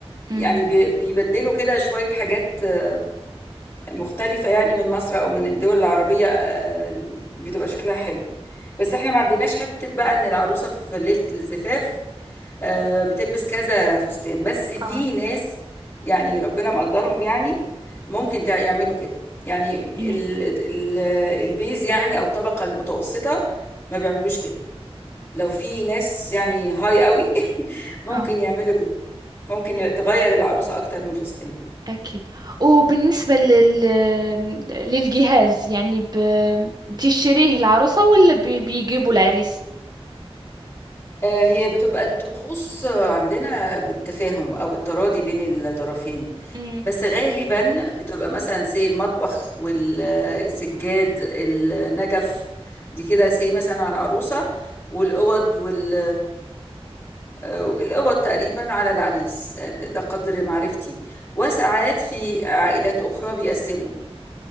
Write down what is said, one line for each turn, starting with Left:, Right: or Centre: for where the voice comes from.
Right: أمم،
Left: يعني بي- بيبدلوا كده شوية حاجات آه، مختلفة يعني من مصر أو من الدول العربية آه، بتبقى شكلها حلو بس احنا ما عندناش حتة بقى إن العروسة في ليلة الزفاف آه، بتلبس كذا فستان بس في
Right: آه
Left: ناس يعني ربنا مقدرهم يعني ممكن ده يعملوا كده يعني
Right: أمم،
Left: ال ال البيز يعني أو الطبقة المتوسطة ما بيعملوش كده لو في ناس يعني هاي قوي <laughs> ممكن
Right: آه
Left: يعملوا كده ممكن ي- تغير العروسة أكتر من فستان
Right: أكيد وبالنسبة لل... للجهاز يعني ب... بتشتريه العروسة ولا بي... بيجيبوا العريس؟
Left: آه، هي بتبقى الطقوس آه، عندنا بالتفاهم أو بالتراضي بين الطرفين
Right: امم
Left: بس غالبا بتبقى مثلا زي المطبخ والسجاد النجف دي كده زي مثلا على العروسة والأوض وال آه، الأوض تقريبا على العريس ده قدر معرفتي وساعات في عائلات أخرى بيقسموا